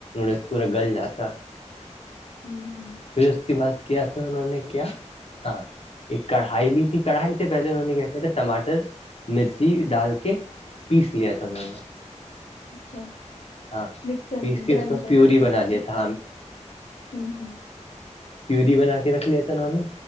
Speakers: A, on the left; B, on the left.
A: نڈس پورا گل جاتا
B: ہوں ہوں <inaudible>
A: پھر اس کی بات کیا تو انہوں نے کیا ہاں ایک کڑھائی لی تھی کڑھائی سے پہلے انہوں نے کیا کیا تھا ٹماٹر مرچی ڈال کے پیس لیا تھا انہوں نے
B: اچھا <inaudible>
A: ہاں
B: مکسر
A: پیس
B: میں
A: کے
B: گرائنڈر
A: اس کا پیوری بنا
B: مطلب
A: لیا
B: پیس
A: تھا
B: لیے ہ ہ
A: پی بنا کے رکھ لیا تھا انہوں نے